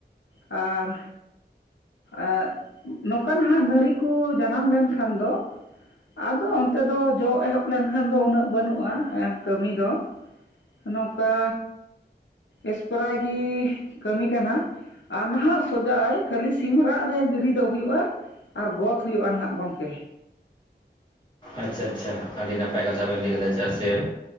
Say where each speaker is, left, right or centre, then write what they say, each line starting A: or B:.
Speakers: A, on the left; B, on the left.
A: ᱟᱨ ᱟᱸᱜ, ᱱᱚᱝᱠᱟ ᱱᱟᱦᱟᱜ ᱱᱟᱹᱲᱤ ᱠᱚ ᱡᱟᱱᱟᱢ ᱞᱮᱱᱠᱷᱟᱱ ᱫᱚ ᱟᱫᱚ ᱚᱱᱛᱮ ᱫᱚ ᱡᱚ ᱮᱦᱚᱵ ᱞᱮᱱᱠᱷᱟᱱ ᱫᱚ ᱩᱱᱟᱹᱜ ᱵᱟᱹᱱᱩᱜ-ᱟ ᱠᱟᱹᱢᱤ ᱫᱚ᱾ ᱱᱚᱝᱠᱟ ᱮᱥᱯᱨᱟᱭ ᱜᱤ ᱠᱟᱹᱢᱤ ᱠᱟᱱᱟ᱾ ᱟᱢ ᱦᱟᱸᱜ ᱥᱚᱡᱟᱭ ᱠᱷᱟᱹᱞᱤ ᱥᱤᱢ ᱨᱟᱜ ᱨᱮ ᱵᱮᱨᱤᱫᱚᱜ ᱦᱩᱭᱩᱜ-ᱟ᱾ ᱟᱨ ᱜᱚᱫ ᱦᱩᱭᱩᱜ-ᱟ ᱱᱟᱦᱟᱜ ᱜᱚᱝᱠᱮ᱾
B: ᱟᱪᱪᱷᱟ ᱟᱪᱪᱷᱟ, ᱟᱹᱰᱤ ᱱᱟᱯᱟᱭ ᱠᱟᱛᱷᱟ ᱵᱮᱱ ᱞᱟᱹᱭ ᱠᱮᱫᱟ᱾ ᱪᱮᱫᱟᱜ ᱥᱮ